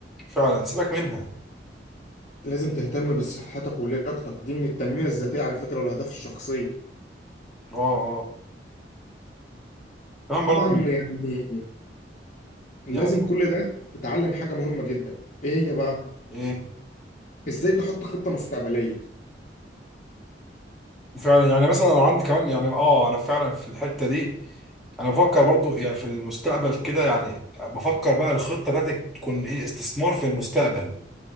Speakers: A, in the centre; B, on the left.
A: فعلا سيبك منها
B: لازم تهتم بصحتك ولياقتك دي من التنمية الذاتية على فكرة والأهداف الشخصية
A: اه اه كمان برضه
B: طبعا يعني لازم
A: يعني
B: كل ده تتعلم حاجة مهمة جدا إيه هي بقى
A: ايه
B: ازاي تحط خطة مستقبلية
A: وفعلا يعني مثلا انا عندي كمان يعني اه انا فعلا في الحته دي انا بفكر برضو يعني في المستقبل كده يعني بفكر بقى الخطه بتاعتي تكون ايه استثمار في المستقبل